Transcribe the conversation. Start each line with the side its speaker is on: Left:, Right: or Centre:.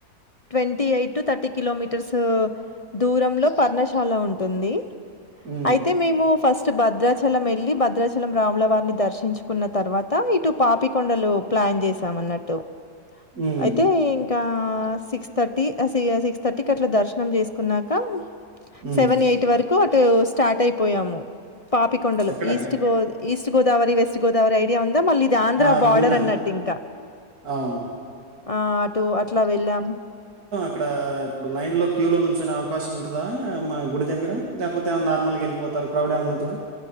Left: twenty eight to thirty kilometres దూరంలో పర్ణశాల ఉంటు ఉంటుంది
Right: హ్మ్.
Left: అయితే మేము ఫస్ట్ స్ట్ భద్రాచలం వెళ్ళలి భద్రాచలం రాములవారిని దర్శించు కున్న తర్వాత ఇటు పాపికొండలు ప్లాన్ చేసామన్నట్టు
Right: హ్మ్.
Left: అయితే ఇంకా ఇ సిక్స్ థర్టీ సి సిక్స్ థర్టీకి అట్లా దర్శనం చేసుకున్నాక
Right: హ్మ్.
Left: సెవెన్ ఎయిట్ వరకు స్టార్ట్ అయిపోయామ పాపికొండలు
Right: అక్కడే
Left: ఈస్ట్
Right: అక్కడ.
Left: గో ఈస్ట్ గోదావరి వెస్ట్ సి ఐడియా వ కదా మళ్ళీ ఇది ఆంధ్ర
Right: ఆ! అది
Left: బార్డర్
Right: విన్నాను.
Left: అన్నట్టు ఇంకా
Right: అవునవును.
Left: ఆ అటు అట్లా వెళ్ళాము
Right: ఇక్కడ ఇప్పుడు లైన్ లో క్యూ లో నుంచనే అవకాశం ఉంటుందా మా గుడి దగ్గర లేకపోతే ఏమై నార్ల్గా వెళ్ళిపోతారు క్రౌడ్ ఏమైన్నా ఉంటందా